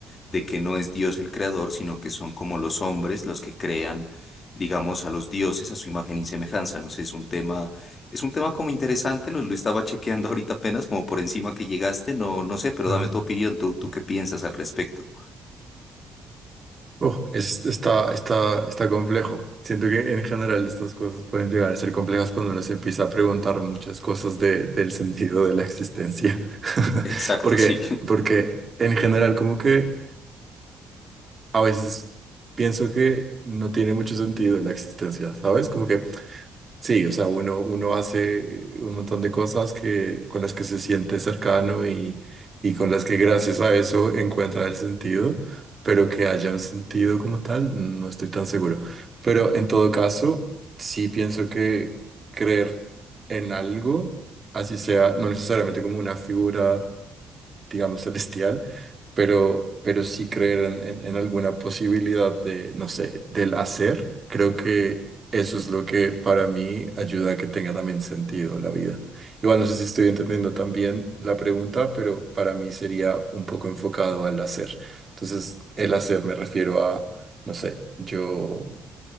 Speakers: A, on the left; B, on the right.
A: de que no es Dios el creador, sino que son como los hombres los que crean, digamos, a los dioses a su imagen y semejanza. No sé, es un tema, es un tema como interesante, lo, lo estaba chequeando <laughs> ahorita apenas, como por encima que llegaste, no, no sé, pero
B: Ajá.
A: dame tu opinión, tú, tú qué piensas al respecto.
B: Oh, es- está, está, está complejo. Siento que en general estas cosas pueden llegar a ser complejas cuando uno se empieza a preguntar muchas cosas de- del sentido de la existencia. <laughs>
A: Exacto,
B: Porque,
A: sí.
B: porque en general como que a veces pienso que no tiene mucho sentido la existencia, ¿sabes? Como que Sí, o sea, uno, uno hace eh, un montón de cosas que, con las que se siente cercano y, y con las que gracias a eso encuentra el sentido, pero que haya un sentido como tal, no estoy tan seguro. Pero en todo caso, sí pienso que creer en algo, así sea, no necesariamente como una figura digamos, celestial, pero, pero sí creer en, en- en alguna posibilidad de, no sé, del hacer, creo que eso es lo que para mí ayuda a que tenga también sentido la vida. Igual no sé si estoy entendiendo también la pregunta, pero para mí sería un poco enfocado al hacer. Entonces, el hacer me refiero a, no sé, yo...